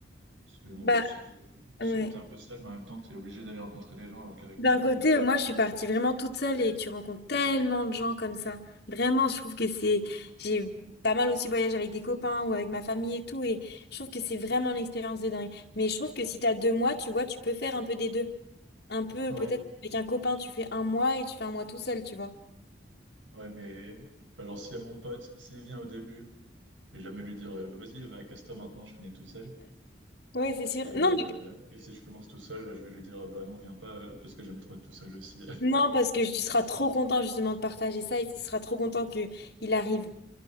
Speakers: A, on the right; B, on the left.
A: Parce que bon,
B: Bah,
A: tout seul, euh, tout
B: ouais.
A: seul, t'es un peu seul, mais en même temps, t'es obligé d'aller rencontrer les gens, alors qu'avec
B: D'un
A: mon pote.
B: côté, euh, moi, je suis partie vraiment toute seule et tu rencontres tellement de gens comme ça. Vraiment, je trouve que c'est, j'ai pas mal aussi voyagé avec des copains ou avec ma famille et tout, et je trouve que c'est vraiment une expérience de dingue. Mais je trouve que si t'as deux mois, tu vois, tu peux faire un peu des deux. Un peu,
A: Ouais,
B: peut-être avec un copain, tu fais un mois et tu fais un mois tout seul, tu vois.
A: ouais, mais. Enfin, genre, si à mon pote, s'il vient au début, je vais jamais lui dire, euh, vas-y, bah, casse-toi maintenant, je finis tout seul.
B: Ouais, c'est sûr.
A: Et, euh,
B: Non, mais
A: et si je commence tout seul, là, je vais lui dire, Ah bah non, viens pas, euh, parce que j'aime trop être tout seul aussi.
B: Non, parce que tu seras trop content justement de partager ça et tu seras trop content que il arrive.